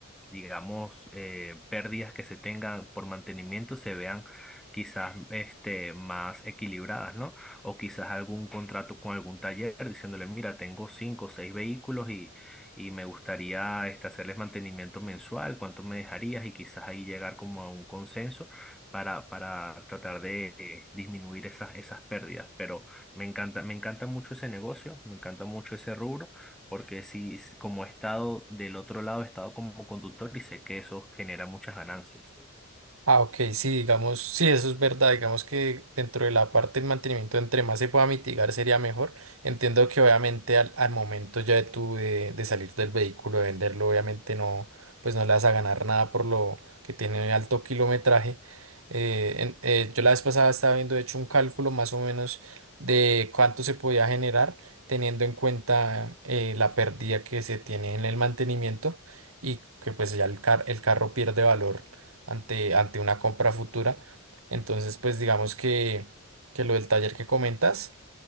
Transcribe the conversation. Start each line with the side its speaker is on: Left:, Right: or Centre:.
Centre: digamos, eh, pérdidas que se tengan por mantenimiento se vean quizás este, más equilibradas, ¿no? O quizás algún contrato con algún taller diciéndole, mira, tengo cinco o seis vehículos y, y me gustaría este, hacerles mantenimiento mensual, ¿cuánto me dejarías? Y quizás ahí llegar como a un consenso para, para tratar de eh, disminuir esas, esas pérdidas. Pero me encanta, me encanta mucho ese negocio, me encanta mucho ese rubro porque si s- como he estado del otro lado, he estado como conductor y sé que eso genera muchas ganancias.
Right: Ah, ok, sí, digamos, sí, eso es verdad, digamos que dentro de la parte del mantenimiento, entre más se pueda mitigar, sería mejor. Entiendo que obviamente al, al momento ya de tú de, de salir del vehículo, de venderlo, obviamente no, pues no le vas a ganar nada por lo que tiene alto kilometraje. Eh, en- eh, yo la vez pasada estaba viendo, de hecho, un cálculo más o menos de cuánto se podía generar teniendo en cuenta eh, la pérdida que se tiene en el mantenimiento y que pues ya el car- el carro pierde valor ante, ante una compra futura. Entonces, pues digamos que, que lo del taller que comentas